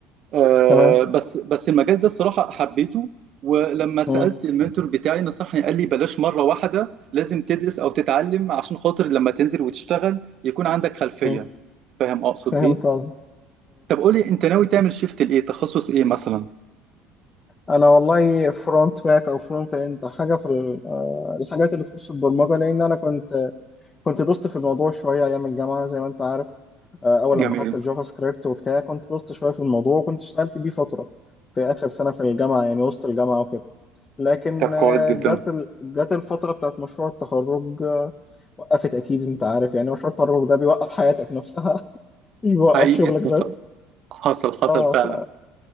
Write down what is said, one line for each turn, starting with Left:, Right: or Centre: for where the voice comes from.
Right: آه،
Left: تمام
Right: بس بس المجال ده الصراحة حبيته ولما سألت
Left: مم.
Right: المنتور بتاعي نصحني قال لي بلاش مرة واحدة لازم تدرس أو تتعلم عشان خاطر لما تنزل وتشتغل يكون عندك خلفية،
Left: مم.
Right: فاهم أقصد
Left: فهمت
Right: إيه؟
Left: قصدي
Right: طب قولي أنت ناوي تعمل شيفت لإيه؟ تخصص إيه مثلا؟
Left: انا والله فرونت باك او فرونت اند حاجه في ال- آه، الحاجات اللي تخص البرمجه لان انا كنت كنت دوست في الموضوع شويه ايام الجامعه زي ما انت عارف آه، اول
Right: جميل،
Left: لما خدت الجافا سكريبت وبتاع كنت دوست شويه في الموضوع وكنت اشتغلت بيه فتره في اخر سنه في الجامعه يعني وسط الجامعه وكده لكن
Right: طب
Left: آه،
Right: كويس جدا،
Left: جت ال- جت الفتره بتاعت مشروع التخرج آه، وقفت اكيد انت عارف يعني مشروع التخرج ده بيوقف حياتك نفسها <laughs> مش بيوقف
Right: حقيقي
Left: شغلك
Right: حصل
Left: بس
Right: حصل حصل
Left: اه
Right: فعلا.
Left: ف...